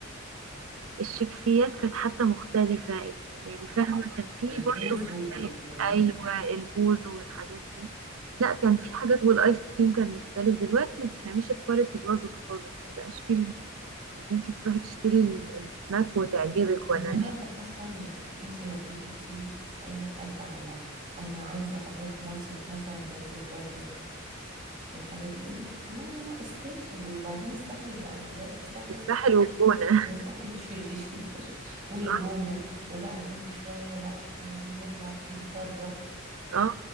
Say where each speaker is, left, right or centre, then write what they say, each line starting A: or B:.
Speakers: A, on the right; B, on the right.
A: الشيبسيات كانت حتى مختلفة ال- يعني
B: <laughs>
A: فاهمة كان في
B: البوز
A: برضه
B: وال...
A: اختلاف أيوة البوز والحاجات دي لا كان في حاجات والآيس كريم كان مختلف دلوقتي ما تفهميش الكواليتي باظت خالص ما بقاش في ال- إن أنت تروحي تشتري ال- السناك وتعجبك ولا
B: النهارده اصلا يعني انت لو جيتي تقولي لاي حد على انا عايزه اروح مصيف مثلا راس البر والحاجات دي يقول لك إيه؟ لا لا لا الساحل وبعدين الساحل بقى دلوقتي ساحل
A: الساحل
B: طيب
A: والجونة
B: وساحل شرير <laughs> والجونة
A: <laughs> اه
B: وبعدين شوية لا احنا عايزين نطلع تريب بره
A: آه.